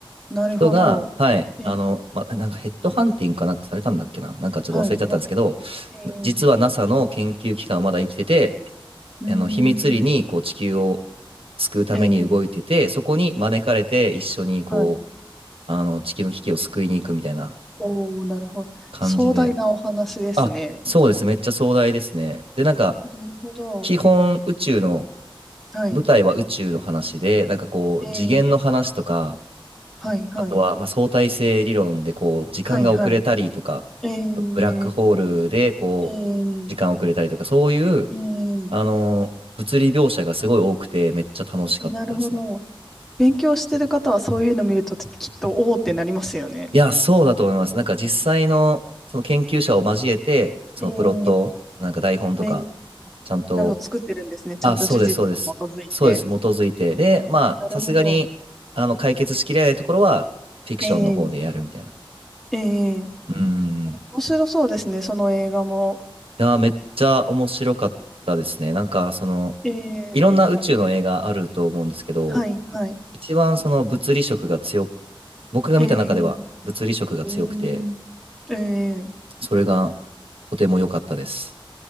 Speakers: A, in the centre; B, on the right.
A: なるほど、
B: 人が、はい、
A: ええ
B: あの、ま、なんかヘッドハンティングかなんかされたんだっけな、なんかちょっと忘れちゃったんですけど、
A: はい、はい、ええ
B: 実は NASA の研究機関はまだ生きてて、
A: うーん、
B: あの秘密裏にこう地球を救うために動いてて、
A: ええ
B: そこに招かれて一緒にこう、
A: はい、
B: あの地球の危機を救いに行くみたいな
A: おおー、なるほど。
B: 感じで。
A: 壮大なお話ですね。
B: あ、そうです、めっちゃ壮大ですね。で、なんか、
A: なるほど、
B: 基本宇宙の、
A: はい、
B: 舞台は宇宙の話で、なんかこう、
A: ええ
B: 次元の話とか、
A: はい、はい、
B: あとは、まあ、相対性理論でこう時間が遅れたりとか、
A: はい、はい、ええ
B: ブラックホールでこう時間遅れたりとか、
A: ええ
B: そういう
A: ええ
B: あの物理描写がすごい多くてめっちゃ楽しかったですね。
A: なるほど。勉強してる方はそういうの見るときっとおおってなりますよね。
B: いや、そうだと思います。なんか実際のその研究者を交えて、そのプロットを、
A: えー、
B: なんか台本とか、
A: えー
B: ちゃんと、
A: なるほど、作ってるんですね。ちゃんと事実に基づいて。
B: あ、そうです、そうです。そうです、基づいて。
A: うん
B: で、まあ、
A: なるほど。
B: さすがに、あの、解決しきれないところは、フィクションの方でやるみたいな。
A: えー、えー、
B: うん。
A: 面白そうですね、その映画も。
B: やー、めっちゃ面白かったですね。なんか、その、
A: えー、
B: いろんな宇宙の映画あると思うんですけど、
A: はい、はい。
B: 一番その物理色が強く、僕が見た中では物理色が強くて、
A: えー、うーん、えー、
B: それがとても良かったです。